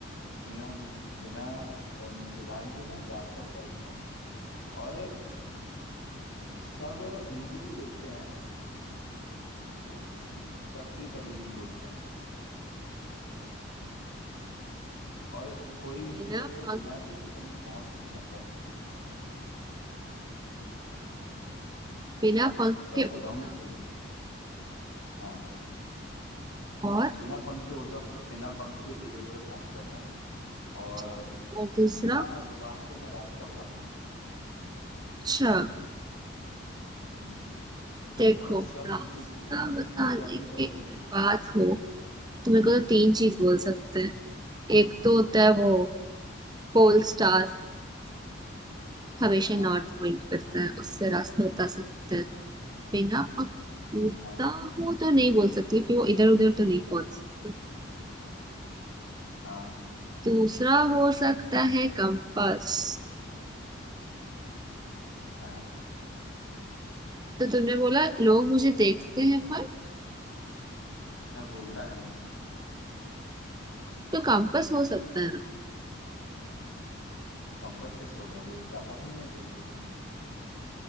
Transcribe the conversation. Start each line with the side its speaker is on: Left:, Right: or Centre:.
Left: बिना बिना अम, जुबान के मैं रास्ता बता देता हूँ और सब मुझे ही देखते हैं ठीक है तब भी कभी नहीं बोलता मैं और कोई मेरे
Right: बिना
Left: को
Right: पंख
Left: बिना देखे कहीं पहुंच नहीं पाता
Right: बिना पंख
Left: तो अब
Right: के
Left: बताओ
Right: उड़ता
Left: मैं
Right: हूँ,
Left: क्या हूँ हाँ
Right: और
Left: बिना पंख के उड़ता हूँ मतलब बिना पंख के इधर उधर पहुंच जाता हूँ और
Right: ठीक है और दूसरा
Left: बिना जुबान के मैं रास्ता बताता हूँ
Right: अच्छा
Left: हम्म,
Right: देखो
Left: और सब मुझे
Right: रास्ता
Left: देखें
Right: बताने
Left: तब भी
Right: के
Left: कभी नहीं
Right: अगर
Left: बोलता
Right: बात हो तो मेरे को तो तीन चीज बोल सकते हैं एक तो होता है वो पोल स्टार हमेशा
Left: हाँ
Right: नॉर्थ पॉइंट करता है उससे रास्ता बता सकते हैं बिना पकड़ता
Left: हाँ
Right: हो तो नहीं बोल सकती कि वो इधर उधर तो नहीं पहुंच सकते
Left: हाँ
Right: दूसरा हो सकता है कंपास
Left: हाँ
Right: तो तुमने बोला लोग मुझे देखते हैं पर
Left: मैं बोलता नहीं
Right: तो कंपास हो सकता है ना
Left: कंपास कैसे होगा वो जाता थोड़ी ना इधर उधर कहीं